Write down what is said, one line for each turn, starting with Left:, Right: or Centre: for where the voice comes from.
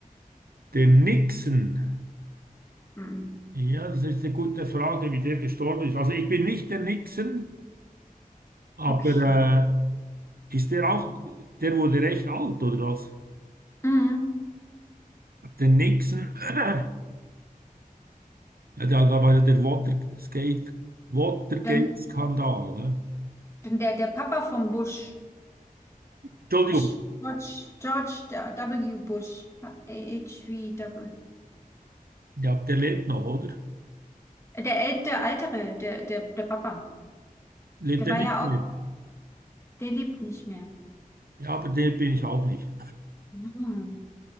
Right: Der Nixon.
Left: Mhm.
Right: Ja, das ist eine gute Frage, wie der gestorben ist. Also ich bin nicht der Nixon, aber
Left: Okay.
Right: äh, ist der auch, der wurde recht alt, oder was?
Left: Mhm.
Right: Der Nixon, <clears throat> ja, da, da war ja der Watergate, Watergate-Skandal.
Left: Dann,
Right: hä?
Left: dann der, der Papa vom Bush.
Right: Entschuldigung,
Left: Bush, George, George der W. Bush. H-W. Double.
Right: ja, der lebt noch, oder?
Left: Der, äl- der Ältere, der, der, der Papa.
Right: Lebt
Left: Der
Right: er
Left: war
Right: nicht
Left: ja
Right: mehr?
Left: auch, der lebt nicht mehr.
Right: Ja, aber der bin ich auch nicht.
Left: Mhm.